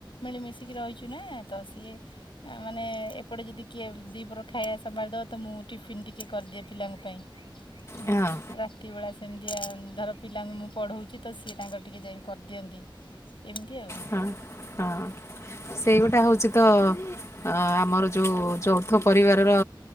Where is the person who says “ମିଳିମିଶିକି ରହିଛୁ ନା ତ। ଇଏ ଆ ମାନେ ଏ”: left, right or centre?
Left